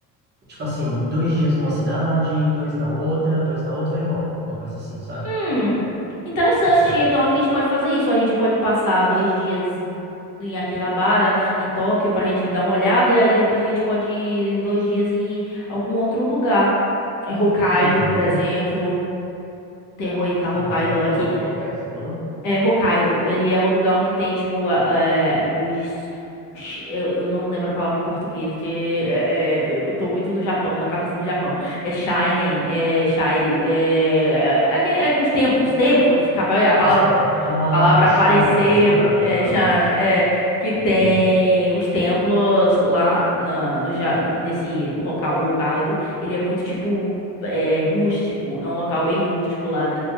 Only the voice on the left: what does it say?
hum,
interessante.
Então a gente pode fazer isso. A gente pode passar dois dias em Akihabara, em Tóquio, pra gente dar uma olhada. E aí depois a gente pode ir em dois dias em algum outro lugar. É Hokkaido,
por exemplo. Tem Hoika- Hokkaido
lá
que
É, Hokkaido, ele é o lugar onde tem, tipo, a- é, os... os- Eu eu não lembro a palavra em português, porque é, é, eu tô muito no Japão, na cabeça no Japão. É Shining, é Shire, é, é, é que- é que os templos, templos, capa- a palavra,
palavra
apareceu,
é,
Shine,
é, que tem
os templos lá na, no, Ja- nesse local Hokkaido. Ele é muito, tipo, é, rústico, é um local bem rústico lá